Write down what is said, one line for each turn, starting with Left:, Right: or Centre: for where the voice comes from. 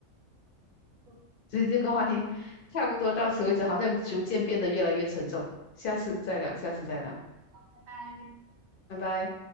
Right: 就
Left: 所以这个话题差不多到此为止，好像逐渐变得越来越沉重。下次再聊，下次再聊，
Right: 拜拜。
Left: 拜拜。